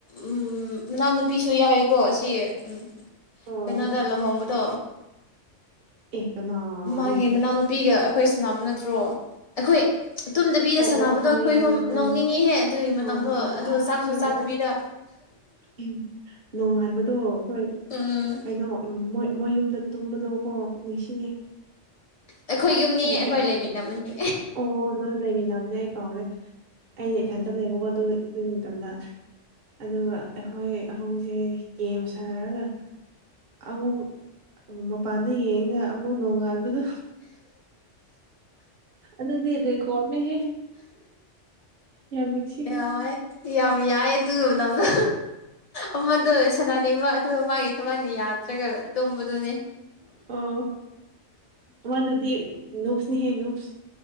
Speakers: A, on the left; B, on the right.
A: ꯎꯝ ꯃꯅꯥꯎꯅꯨꯄꯤꯁꯨ ꯌꯥꯎꯏꯀꯣ ꯑꯁꯤ ꯎꯝ
B: ꯑꯣ
A: ꯄꯩꯅꯗꯂꯣ ꯍꯣꯝꯕꯗꯣ
B: ꯑꯦ ꯀꯅꯥ
A: ꯃꯥꯒꯤ
B: ꯑꯩ
A: ꯃꯅꯥꯎꯅꯨꯄꯤꯒ ꯑꯩꯈꯣꯏ ꯁꯅꯕ ꯅꯠꯇ꯭ꯔꯣ ꯑꯩꯈꯣꯏ ꯇꯨꯝꯗꯕꯤꯗ
B: ꯑꯣ
A: ꯁꯥꯟꯅꯕꯗꯣ
B: ꯑꯣ ꯈꯪꯉꯦ
A: ꯑꯩꯈꯣꯏ
B: ꯈꯪꯉꯦ
A: ꯍꯣ
B: ꯈꯪꯉꯦ
A: ꯑꯦꯍꯦ ꯑꯗꯨꯒꯤ ꯃꯇꯝꯗꯣ
B: ꯑꯣ ꯑꯣ
A: ꯑꯗꯨꯗꯣ
B: ꯑꯔꯥ ꯑꯩ
A: ꯆꯥꯛꯁꯨ ꯆꯥꯗꯕꯤꯗ
B: ꯑꯗꯨ- ꯑꯩ ꯅꯣꯡꯉꯥꯟꯕꯗꯣ ꯍꯣꯏ
A: ꯎꯝ
B: ꯀꯩꯅꯣ ꯃꯣꯏ ꯃꯣꯏꯌꯨꯝꯗ ꯇꯨꯝꯕꯗꯣ ꯀ ꯅꯤꯡꯁꯤꯡꯉꯦ
A: ꯑꯩꯈꯣꯏ ꯌꯨꯝꯅꯤ
B: ꯑꯩꯈꯣꯏ
A: ꯂꯩꯃꯤꯟꯅꯕꯅꯤ
B: ꯑꯣ ꯅ ꯂꯩꯃꯤꯟꯅꯕꯅꯦ ꯑꯩ ꯀꯥꯎꯔꯦ ꯑꯩꯅ ꯏꯊꯟꯇ ꯂꯩꯕꯀꯣ ꯑꯗꯨ ꯑꯗꯨꯒꯤ ꯃꯇꯝꯗ ꯑꯗꯨꯒ ꯑꯩꯈꯣꯏ ꯑꯍꯨꯝꯁꯦ ꯒꯦꯝ ꯁꯥꯟꯅꯔꯒ ꯑꯃꯨꯛ ꯃꯄꯥꯟꯗ ꯌꯦꯡꯉ ꯑꯃꯨꯛ ꯅꯣꯡꯉꯥꯟꯕꯗ ꯑꯗꯨꯗꯗꯤ ꯏꯔꯔꯤꯦ ꯀꯣꯃꯦꯦ ꯌꯥꯝ ꯅꯤꯡꯁꯤꯡꯉꯤ
A: ꯌꯥꯏ ꯌꯥꯝ ꯌꯥꯏꯌꯦ ꯇ ꯉꯗꯗ ꯑꯃꯗꯣ ꯁꯅꯅꯤꯡꯕ ꯑꯗꯨꯒ ꯃꯥꯒꯤ ꯊꯕꯛꯅ ꯌꯥꯗ꯭ꯔꯒ ꯇꯨꯝꯝꯕꯗꯨꯅꯦ
B: ꯑꯣ ꯃꯥ ꯑꯗꯨꯗꯤ ꯅꯨꯨꯞꯁꯅꯤꯍꯦ ꯅꯨꯁ